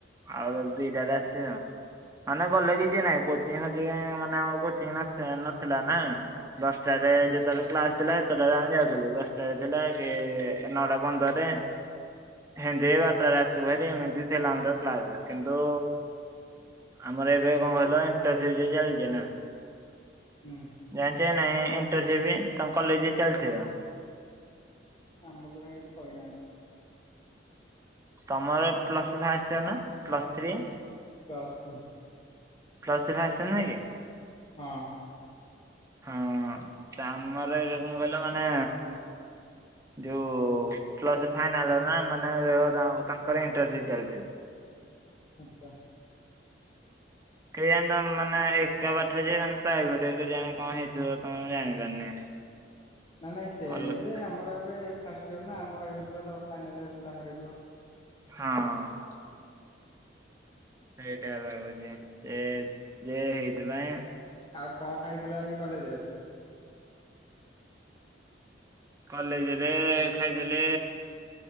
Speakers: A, on the right; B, on the left.
A: ଆଉ ଦିଟାରେ ଆସିବ। ମାନେ ଗଲେ କିଛି ନାଇଁ କୋଚିଂ ହଉଛି ମାନେ ଆମ କୋଚିଂ ନଥିଲା ନା। ଦଶଟାରେ
B: ହୁଁ
A: ଯେତେବେଳେ କ୍ଲାସ ଥିଲା ସେତେଟାରେ ଆମେ ଯାଉଥିଲୁ ଦଶଟାରେ ଥିଲା ଏ ନଟା ପନ୍ଦରରେ। ହେନ୍ତି ବାରଟାରେ ଆସିବ ଭରି ଏମିତି ଥିଲା ଆମର କ୍ଲାସ କିନ୍ତୁ ଆମର ଏବେ କଣ କହିଲ ଇଣ୍ଟରସିପ ଯୋଉ ଚାଲିଛି ନା
B: ହୁଁ।
A: ଜାଣିଛ ନାଇଁ ଇଣ୍ଟରସିପ ତମ କଲେଜ ରେ ଚାଲିଥିବ।
B: ଆମର ତ କାଇଁ କିଛି କହିନାହାନ୍ତି।
A: ତମର ପ୍ଲସ ଟୁ ଫାଷ୍ଟ ୟିଅର୍ ନା plus three?
B: Plus three.
A: Plus three first year ନୁହଁ କି?
B: ହଁ।
A: ହଁ ତାମର ଏ କଇଲ କଣ ମାନେ। ଯୋଉ ପ୍ଲସ ଥ୍ରୀ ଫାଇନାଲ ଇୟର ନା ମାନେ ତା-ତାଙ୍କର ଇଣ୍ଟରସିପ ଚାଲିଚି। <inaudible>
B: ଆଚ୍ଛା।
A: କେଜାଣି ତ ମାନେ ଏକା ପାଠ ଯେ ପ୍ରାଇଭେଟ କେଜାଣି କଣ ହେଇଥିବ ତମେ ମୁଁ ଜାଣିପାରୁନି। <inaudible>
B: ନାଇଁ ନାଇଁ ସେମ
A: ଅଲଗା
B: ଯେ ଆମର ଏବେ ଫାଷ୍ଟ ଇୟର ନା ଆମର ହେଇନଥିବ ତମର ଫାଇନାଲ ଇୟର ପିଲାଙ୍କର ହେଇଥିବ।
A: ହଁ। ସେଇଟା ଭାବୁଛି ସେ ଯେ ହେଇଥିପାଇଁ।
B: ଆଉ କଣ ଖାଇଥିଲ ଆଜି କଲେଜରେ?
A: କଲେଜରେ ଖାଇଥିଲେ